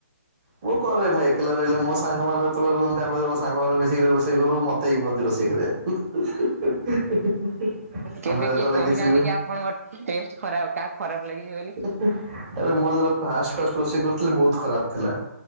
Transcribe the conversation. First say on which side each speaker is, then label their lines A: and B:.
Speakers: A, on the right (about 30°); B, on the right (about 65°).
A: ମୁଁ କରେ, ମୁଁ ଏକେଲା ରହିଲେ। ମୋ ସାଙ୍ଗମାନେ ଯେତବଳେ ରୁହନ୍ତି, ଆମେ ସାଙ୍ଗମାନେ ମିିଶିକି ରୋଷେଇ କରୁ। <inaudible> <inaudible>
B: କେବେ
A: ଆମେ ଯେତେବେଳେ
B: କିଏ କହିନାହାନ୍ତି
A: କିଛି ବି
B: କି ଆପଣଙ୍କ ଟେଷ୍ଟ ଖରାପ କାହାକୁ ଖରାପ ଲାଗିଛି ବୋଲି।
A: ଆରେ ମୁଁ ଫାଷ୍ଟେ ଫାଷ୍ଟେ ରୋଷେଇ କରୁଥିଲି ବହୁତ ଖରାପ ଥିଲା